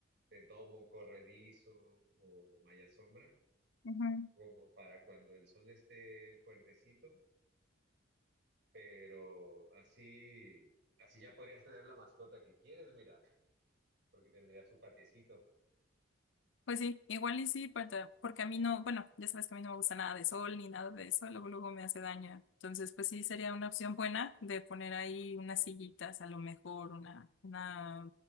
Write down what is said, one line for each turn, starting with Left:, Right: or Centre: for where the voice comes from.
Right: de domo corredizo o mayasombra,
Left: ujú.
Right: como para cuando el sol esté fuertecito pero así, así ya podrías tener la mascota que quieres, mira, porque tendría su patiecito.
Left: Pues sí, igual y sí, para- porque a mí no, bueno, ya sabes que a mí no me gusta nada de sol ni nada de eso, luego, luego me hace daño. Entonces, pues sí, sería una opción buena de poner ahí unas sillitas, a lo mejor una, una,